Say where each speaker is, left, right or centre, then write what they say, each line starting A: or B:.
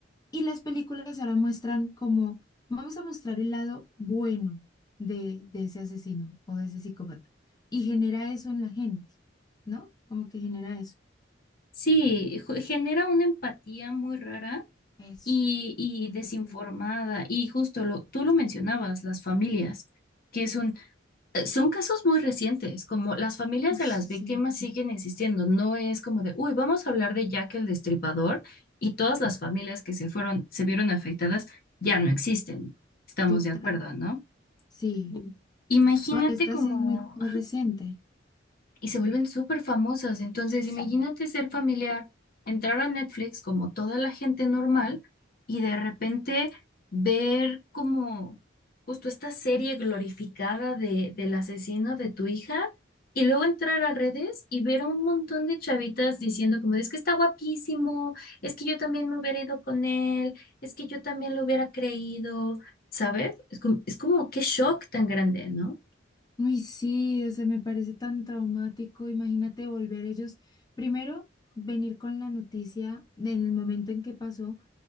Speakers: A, on the left; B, on the left.
A: Y las películas ahora muestran como, vamos a mostrar el lado bueno de, de ese asesino o de ese psicópata. Y genera eso en la gente, ¿no? Como que genera eso.
B: Sí, ju- genera una empatía muy rara
A: Eso,
B: y, y
A: empatía.
B: desinformada. Y justo lo, tú lo mencionabas, las familias, que es un, Eh, Son casos muy recientes, como las familias
A: Uy,
B: de
A: sí,
B: las víctimas siguen existiendo, no es como de, uy, vamos a hablar de Jack el Destripador y todas las familias que se fueron, se vieron afectadas ya no existen. Estamos
A: total.
B: de acuerdo, ¿no?
A: Sí.
B: Mm. Imagínate
A: No, esta
B: como
A: sí es muy, muy reciente.
B: y se vuelven súper famosas. Entonces, imagínate ser familiar, entrar a Netflix como toda la gente normal y de repente ver como justo esta serie glorificada de, del asesino de tu hija y luego entrar a redes y ver a un montón de chavitas diciendo como, es que está guapísimo, es que yo también me hubiera ido con él, es que yo también lo hubiera creído, ¿sabes? Es como, es como qué shock tan grande, ¿no?
A: Uy, sí, o sea, me parece tan traumático. Imagínate volver ellos, primero, venir con la noticia de en el momento en que pasó,